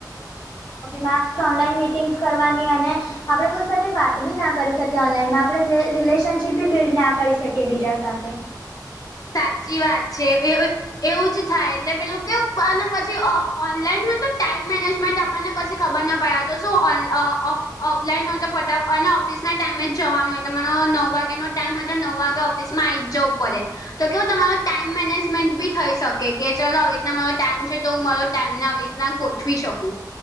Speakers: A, on the left; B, on the left.
A: મા ઓનલાઈન મિટિંગ્સ કરવાની અને આપણે કોઈ સાથે વાત બી ના કરી શકીએ, ઓનલાઈનમાં આપણે રિલેશનશીપ બી બિલ્ડ ના કરી શકીએ બીજા સાથે.
B: સાચી વાત છે, ઓય ઓ એવું જ થાય, એટલે પેલું કેવું પછી ઓનલાઈન હોય ને, ટાઈમ મેનેજમેન્ટ આપણને કશી ખબર ના પડે, આ તો શું ઓ અ ઓફલાઈન હોય તો, પોતા અને ઓફિસ ના ટાઈમે જવાનું હોય, તમાનો નવ વાગ્યાનો ટાઈમ હોય તો, નવ વાગે મા આઈ જ જવું પડે. તો કેવું તમારો તાઈમ મેનેજમેન્ટ બી થઈ શકે કે, ચાલો આવી રીતના મારો ટાઈમ છે, તો હું મારો ટાઈમ ના આવી ના ગોઠવી શકું.